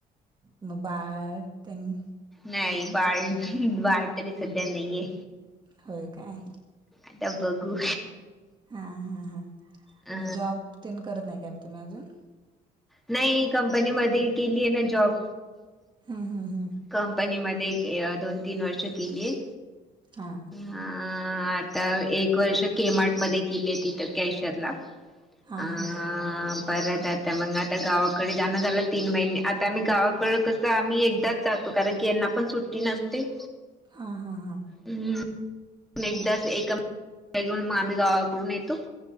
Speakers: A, on the right; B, in the centre.
A: मगं, बाळ तेन
B: नाही बाळ बाळ तरी सध्या नाहीये.
A: होय काय.
B: आता बघू.
A: हा हा हा.
B: अ
A: मग जॉब तेन करत नाही काय मग तुम्ही अजून?
B: नाही कंपनी मध्ये केली आहे ना जॉब.
A: हा हम हम.
B: कंपनी मध्ये दोन तीन वर्ष केलीय
A: हां.
B: हा आता एक वर्ष केमार्ट मध्ये केली तिथ कॅशर ला.
A: हा
B: अ.....
A: हा हा
B: परत आता मग आता गावाकडे जाणं झालं तीन महिने आता आम्ही गावाकड कसं आम्ही एकदा च जातो, कारण की यांना पण सुट्टी नसते
A: हा हा हा.
B: हम्म एकदाच एका घेऊन मग आम्ही गावाकडून येतो-